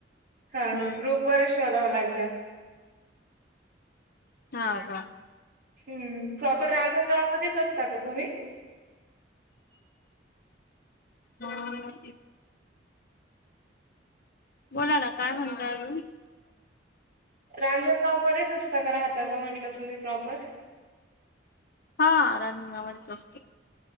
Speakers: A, on the right; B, on the left.
A: हा
B: हम्म
A: हा ग्रुप वरच शोधावं लागणार.
B: हा का?
A: हम्म प्रॉपर रांजणगाव मध्येच असता का तुम्ही? <unintelligible>
B: हा. बोला ना काय म्हणताय अजून?
A: रांजणगाव मध्येच राहता राहता का म्हटल तुम्ही प्रॉपर?
B: हा रांजणगावातच असते.